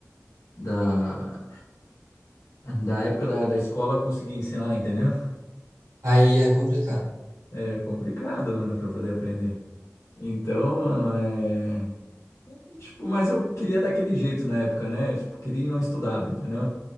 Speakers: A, on the left; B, on the right.
A: da, da época da, da escola conseguiam ensinar, entendeu?
B: Aí é complicado.
A: É complicado, mano, pra poder aprender. Então, mano, é. Tipo, mas eu queria daquele jeito na época, né? Tipo, queria e não estudava, entendeu?